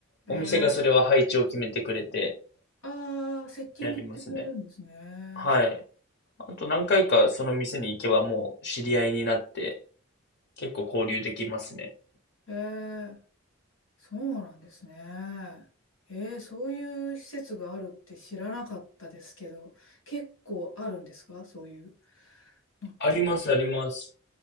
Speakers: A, on the left; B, on the left.
A: ええ
B: お店がそれは配置を決めてくれて
A: ああー、セッティングしてくれるんですね。
B: やりますね。はい。あと何回かその店に行けばもう知り合いになって結構交流できますね。
A: ええそうなんですね。ええそういう施設があるって知らなかったですけど、結構あるんですかそういうのって。
B: ありますあります。